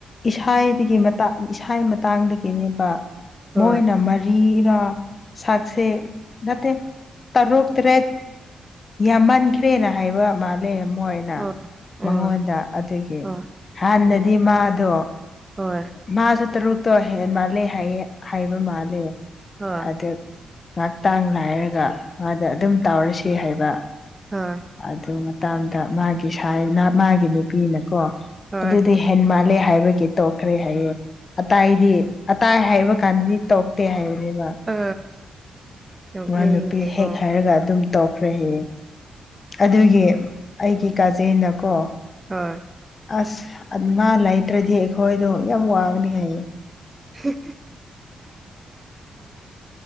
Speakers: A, on the left; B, on the right.
A: ꯏꯁꯥꯏꯗꯒꯤ ꯃꯇ ꯏꯁꯥ ꯃꯇꯥꯡꯗꯒꯤꯅꯦꯕ
B: ꯍꯣꯏ
A: ꯃꯣꯏꯅ ꯔꯤꯔꯥ ꯁꯛꯁꯦ ꯅꯠꯇꯦ ꯇꯔꯨꯛ ꯇꯔꯦꯠ ꯌꯥꯝ ꯃꯟꯈ꯭ꯔꯦꯅ ꯍꯥꯏꯕ ꯃꯥꯜꯂꯦ ꯃꯣꯏꯅ
B: ꯍꯣꯏ
A: ꯃꯉꯣꯟꯗ
B: ꯑꯣ
A: ꯑꯗꯨꯒꯤ
B: ꯍꯣꯏ
A: ꯍꯥꯟꯅꯗꯤ
B: ꯎꯝ
A: ꯃꯥꯗꯣ
B: ꯍꯣꯏ
A: ꯃꯥꯁꯨ ꯇꯔꯨꯛꯇꯣ ꯍꯦꯟ ꯃꯥꯜꯂꯦ ꯍꯥꯏ ꯍꯥꯏꯕ ꯃꯥꯜꯂꯦ
B: ꯍꯣꯏ
A: ꯑꯗꯨ ꯉꯥꯏꯍꯥꯛꯇꯥꯡ ꯂꯥꯏꯔꯒ ꯃꯥꯗ ꯑꯗꯨꯝ ꯇꯥꯎꯔꯁꯤ ꯍꯥꯏꯕ
B: ꯍꯣꯏ
A: ꯑꯗꯨ ꯃꯇꯗ ꯃꯥꯒꯤ ꯃꯥꯒꯤ ꯅꯨꯄꯤꯅꯀꯣ
B: ꯍꯣꯏ
A: ꯑꯗꯨꯗꯤ ꯍꯦꯟ ꯃꯥꯜꯂꯦ ꯍꯥꯏꯕꯒꯤ ꯇꯣꯛꯈ꯭ꯔꯦ ꯍꯥꯏꯌꯦ ꯑꯇꯥꯏꯗꯤ ꯑꯇꯥꯏ ꯍꯥꯏꯕ ꯀꯥꯟꯗꯗꯤ ꯇꯣꯛꯇꯦ ꯍꯥꯏꯕꯅꯦꯕ
B: ꯑ ꯅꯣꯛꯅꯤꯡꯉꯦꯀꯣ
A: ꯏ ꯅꯨꯄꯤ ꯍꯦꯛ ꯍꯥꯏꯔꯒ ꯑꯗꯨꯝ ꯇꯧꯈ꯭ꯔꯍꯦ ꯑꯗꯨꯒꯤ ꯑꯩꯒꯤ ꯀꯥꯖꯦꯅꯀꯣ
B: ꯍꯣꯏ
A: ꯑꯁ ꯃꯥ ꯂꯩꯇ꯭ꯔꯗꯤ ꯑꯩꯈꯣꯏꯗꯣ ꯌꯥꯝ ꯋꯥꯕꯅꯤ ꯍꯥꯏꯌꯦꯌꯦ
B: ꯎꯝ